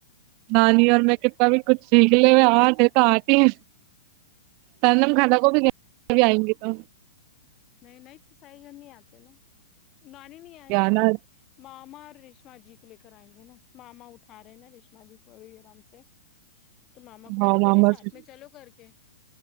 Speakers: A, on the right; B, on the left.
A: نانی اور میں کتنا بھی کچھ سیکھ لیے ہوئے آواز دے تو آتی ہی ہے نم کھانا کو بھی نہیں ابھی ائیں گے تو
B: نہیں نہیں صحیح گھر نہیں اتے نا نانی نہیں ائیں
A: جانا
B: گے صرف ماما اور ریشما جی کو لے کر ائیں گے نا ماما اٹھا رہے ہیں نا ریشما جی کو ابھی ارام سے تو ماما کو میں
A: ہاں
B: نے بولی
A: ماما
B: ساتھ
A: سے
B: میں چلو کر کے